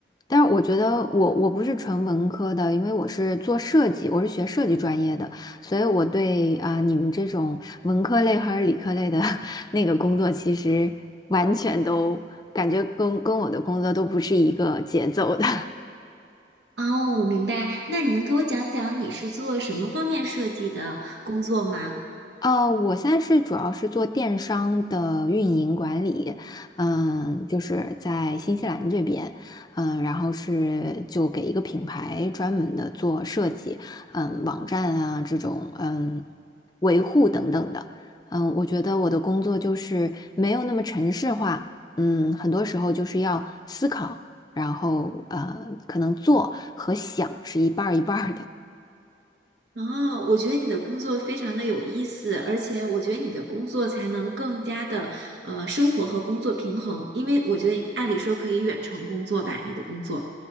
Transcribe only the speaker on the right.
哦，我明白。那你能给我讲讲你是做什么方面设计的工作吗？
哦，我觉得你的工作非常的有意思，而且我觉得你的工作才能更加的呃生活和工作平衡，因为我觉得按理说可以远程工作吧，你的工作。